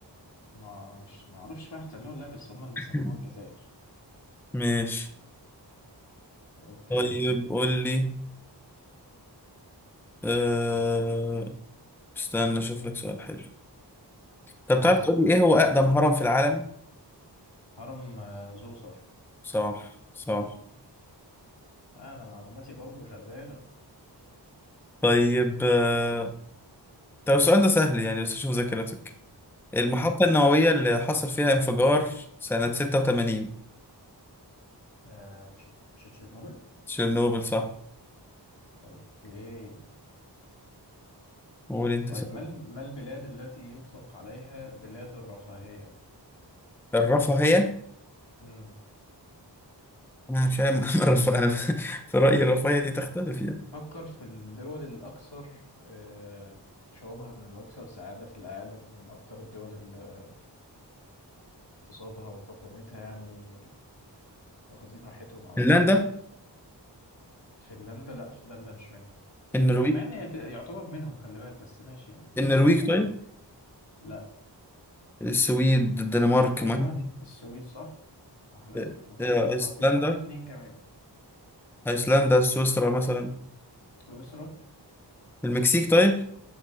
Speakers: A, on the left; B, in the centre.
A: ما مش ما اعرفش بقى احتلوها ولا لا بس هم اللي
B: <laughs>
A: سموها الجزائر
B: ماشي
A: اوكي
B: طيب قول لي أه... استنى اشوف لك سؤال حلو طب
A: ماشي
B: تعرف تقول لي ايه هو اقدم هرم في العالم
A: هرم آه، زوسر
B: صح صح
A: انا معلوماتي برضو شغاله
B: طيب آه، طب السؤال ده سهل يعني بس اشوف ذاكرتك المحطة
A: امم
B: النووية اللي حصل فيها انفجار سنة 86
A: آه مش مش تشيرنوبل
B: تشيرنوبل صح
A: اوكي
B: قول انت
A: طيب
B: سؤال
A: ما ال- ما البلاد التي يطلق عليها بلاد الرفاهيه
B: الرفاهية
A: امم
B: انا مش عارف <laughs> الرفاهية انا في رأيي الرفاهية دي تختلف يعني
A: فكر في الدول الاكثر آه شعوبها من الاكثر سعاده في العالم ومن اكثر الدول اللي اقتصادها وحكومتها يعني واخدين راحتهم قوي
B: فنلندا
A: فنلندا لا فنلندا مش منهم
B: النرويج
A: مع مع ان هي ت- يعتبر منهم خلي بالك بس ماشي يعني
B: النرويج
A: انا
B: طيب
A: لا
B: السويد الدنمارك
A: ايوه
B: ما
A: السويد صح واحده
B: آه،
A: فاضل
B: آه،
A: لك ف-
B: ايسلندا
A: في- فاضل اتنين كمان
B: ايسلندا سويسرا مثلا
A: سويسرا
B: المكسيك طيب